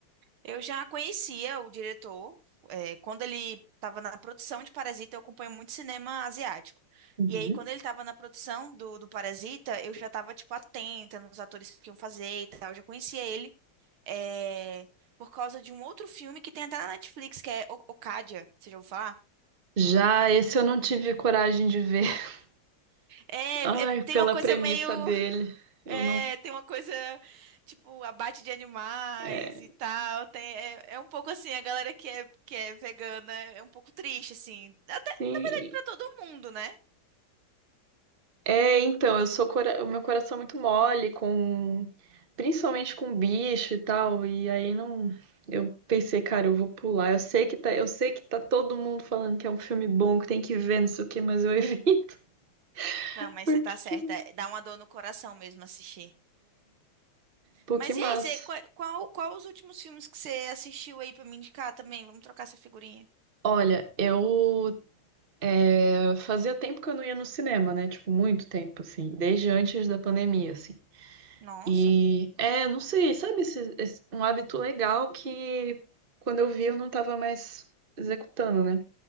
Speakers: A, on the right; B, on the right.
A: Eu já conhecia o diretor, eh, quando ele estava na produção de Parasita, eu acompanho muito cinema asiático.
B: Uhum.
A: E aí, quando ele estava na produção do, do Parasita, eu já estava, tipo, atenta nos atores que iam fazer e tal. Eu já conhecia ele, eh, por causa de um outro filme que tem até na Netflix, que é O- Okja, você já ouviu falar?
B: Já esse eu não tive coragem de ver. <laughs>
A: É,
B: Ai,
A: é-
B: pela
A: tem uma coisa
B: premissa
A: meio
B: dele. Eu
A: É,
B: não.
A: tem uma coisa, tipo, abate de animais
B: É,
A: e tal. Tem, é, é um pouco assim, a galera que é, que é vegana é um pouco triste, assim. Até,
B: sim.
A: na verdade, pra todo mundo, né?
B: É, então, eu sou cora... o meu coração é muito mole com principalmente com bicho e tal, e aí não eu pensei, cara, eu vou pular. Eu sei que tá, eu sei que tá todo mundo falando que é um filme bom, que tem que ver, não sei o quê, mas eu evito. <laughs>
A: Não, mas
B: Porque
A: você tá certa.
B: que eu-
A: é- Dá uma dor no coração mesmo assistir.
B: Pô,
A: Mas
B: que massa.
A: e aí, você, qua- qual, qual, os últimos filmes que você assistiu aí pra me indicar também? Vamos trocar essa figurinha.
B: Olha, eu é, fazia tempo que eu não ia no cinema, né? Tipo, muito tempo assim, desde antes da pandemia, assim.
A: Nossa.
B: E é, não sei, sabe, esse, esse- um hábito legal que quando eu vi eu não tava mais executando, né?